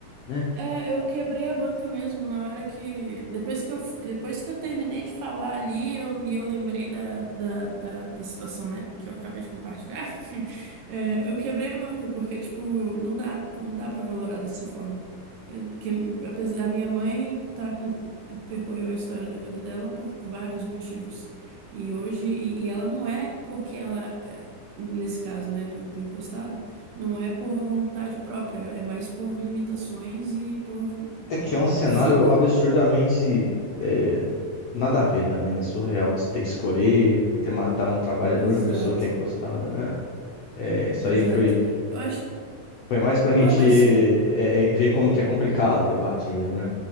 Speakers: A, on the left (about 70°); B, on the right (about 75°).
A: né?
B: É, eu quebrei a banca mesmo na hora que. Depois que eu, depois que eu terminei de falar ali, eu, e eu lembrei da, da, da, da situação, né? Que eu acabei de compartilhar. <laughs> é, eu quebrei a banca, porque, tipo, não dá, não dá pra valorar dessa forma. Eu- que, apes- a minha mãe tá, com- percorreu a história da vida dela por vários motivos. E hoje, e, e ela não é porque ela, é, nesse caso, né, do do encostado. Não é por vontade própria, é mais por limitações e por
A: É que é um cenário
B: vida.
A: absurdamente é, nada a ver também, né? Surreal você ter que escolher entre matar um trabalhador
B: Exato,
A: e uma pessoa que é encostada, né? É, isso
B: exato.
A: aí foi,
B: Eu acho que.
A: foi mais pra
B: Não,
A: gente
B: mas.
A: é,
B: hum,
A: é, ver como que é complicado o debate mesmo, né?